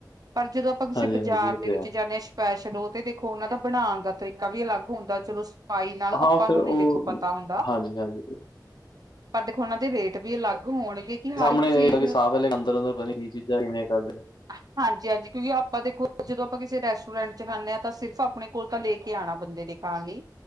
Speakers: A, on the right; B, on the left.
A: ਪਰ ਜਦੋਂ ਆਪਾਂ ਕਿਸੇ
B: ਹਾਂਜੀ-ਹਾਂਜੀ
A: ਬਾਜ਼ਾਰ
B: ਇਹ
A: ਦੇ
B: ਤੇ
A: ਵਿੱਚ
B: ਹੈ।
A: ਜਾਂਦੇ ਹਾਂ ਸਪੈਸ਼ਲ ਉਹ ਤੇ ਦੇਖੋ ਉਹਨਾਂ ਦਾ ਬਣਾਉਣ ਦਾ ਤਰੀਕਾ ਵੀ ਅਲੱਗ ਹੁੰਦਾ, ਚਲੋ ਭਾਈ ਨਾਲ ਆਪਾਂ
B: ਹਾਂ ਫਿਰ
A: ਨੂੰ
B: ਉਹ
A: ਨੀ ਦੇਖੋ ਪਤਾ ਹੁੰਦਾ।
B: ਹਾਂਜੀ-ਹਾਂਜੀ
A: ਪਰ ਦੇਖੋ ਉਹਨਾਂ ਦੇ ਰੇਟ ਵੀ ਅਲੱਗ ਹੋਣਗੇ। ਕਿ ਹਰ
B: ਸਾਹਮਣੇ
A: ਇੱਕ ਚੀਜ਼
B: ਸਾਫ਼ ਹੈ ਲੈ ਕੇ ਅੰਦਰ, ਅੰਦਰ ਪਤਾ ਕੀ ਚੀਜ਼ਾਂ ਕਿਵੇਂ ਕਰਦੇ ਆ।
A: ਹਾਂਜੀ, ਹਾਂਜੀ ਕਿਉਂਕਿ ਆਪਾਂ ਦੇਖੋ ਜਦੋਂ ਆਪਾਂ ਕਿਸੇ ਰੈਸਟੋਰੈਂਟ ਚ ਖਾਂਦੇ ਹਾਂ, ਤਾਂ ਸਿਰਫ ਆਪਣੇ ਕੋਲ ਤਾਂ ਲੈ ਕੇ ਆਉਣਾ ਬੰਦੇ ਨੇ ਥਾਲੀ,